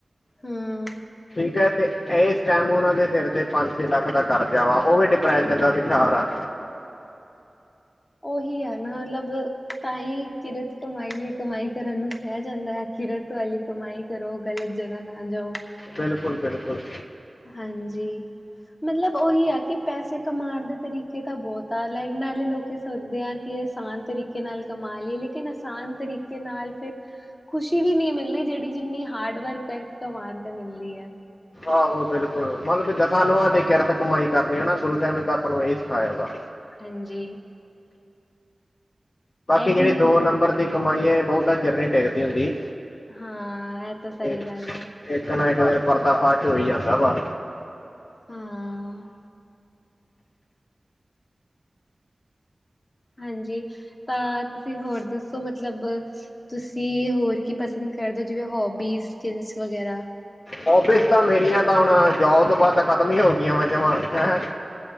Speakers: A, on the left (about 40°); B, on the left (about 60°).
A: ਹੂੰ
B: ਠੀਕ ਹੈ ਤੇ ਏ। ਟਾਈਮ ਉਹਨਾਂ ਦੇ ਸਿਰ ਤੇ ਪੰਜ ਛੇ ਲੱਖ ਦਾ ਕਰਜ਼ਾ ਵਾ ਓ ਵੀ ਡਿਪ੍ਰੈਸ਼ਨ
A: ਹੂੰ
B: ਦਾ ਵਿਸ਼ਾਰ ਆ।
A: ਉਹੀ ਹੈ ਨਾ ਮਤਲਬ ਤਾਂਹੀ ਕਿਰਤ ਕਮਾਈ ਦੀ ਕਮਾਈ ਕਰਨ ਨੂੰ ਕਿਆ ਜਾਂਦਾ ਹੈ ਕਿਰਤ ਵਾਲੀ ਕਮਾਈ ਕਰੋ ਗਲਤ ਜਗ੍ਹਾ ਨਾ ਜਾਓ।
B: ਬਿਲਕੁਲ-ਬਿਲਕੁਲ
A: ਹਾਂਜੀ ਮਤਲਬ ਉਹੀ ਆ ਕਿ ਪੈਸੇ ਕਮਾਣ ਦੇ ਤਰੀਕੇ ਤਾਂ ਬੋਤ ਆ ਲਾਈਕ ਨਾਲੇ ਲੋਕ ਸੋਚਦੇ ਆ। ਕਿ ਆਸਾਨ ਤਰੀਕੇ ਨਾਲ ਕਮਾ ਲਈਏ ਲੇਕਿਨ ਆਸਾਨ ਤਰੀਕੇ ਨਾਲ ਫਿਰ ਖੁਸ਼ੀ ਵੀ ਨੀ ਮਿਲਦੀ ਜੇੜੀ ਜਿੰਨੀ ਹਾਰਡ ਵਰਕ ਕਰ ਕਮਾਨ ਤੇ ਮਿਲਦੀ ਐ।
B: ਆਹੋ ਬਿਲਕੁਲ ਮਤਲਬ ਦਸਾਂ ਨੋਆਂ ਦੀ ਕਿਰਤ ਕਮਾਈ ਕਰਨੀ ਆ ਨਾ ਗੁਰੂ ਸਾਹਿਬ ਨੇ ਤਾਂ ਆਪਾਂ ਨੂੰ ਇਹ ਸਿਖਾਇਆ ਵਾ
A: ਹਾਂਜੀ
B: ਬਾਕੀ
A: ਇਹੀ
B: ਜੇੜੀ ਦੋ
A: ਮਤਲਬ
B: ਨੰਬਰ ਦੀ ਕਮਾਈ ਹੈ ਬੋਤਾ ਚਿਰ ਨੀ ਟੇਕਦੀ ਹੁੰਦੀ।
A: ਹਾਂ ਇਹ ਤਾਂ ਸਈ
B: ਤੇ
A: ਗੱਲ ਹੈ।
B: ਇੱਕ ਨਾ ਇੱਕ ਦਿਨ ਪਰਦਾ ਪਾਛ ਹੋਈ ਜਾਂਦਾ ਵਾ
A: ਹਾਂ ਹਾਂਜੀ ਤਾਂ ਤੁਸੀਂ ਹੋਰ ਦੱਸੋ ਮਤਲਬ ਤੁਸੀਂ ਹੋਰ ਕੀ ਪਸੰਦ ਕਰਦੇ ਹੋ ਜਿਵੇਂ ਹੋਬੀਸ ਸਕਲਸ ਵਗੈਰਾ
B: ਹੋਬਿਸ ਤਾਂ ਮੇਰੀਆਂ ਤਾਂ ਹੁਣ ਜੋਬ ਤੋਂ ਬਾਦ ਤਾਂ ਖ਼ਤਮ ਹੀ ਹੋ ਗਈਆਂ ਵਾ ਜਮਾਂ ਹਾਂ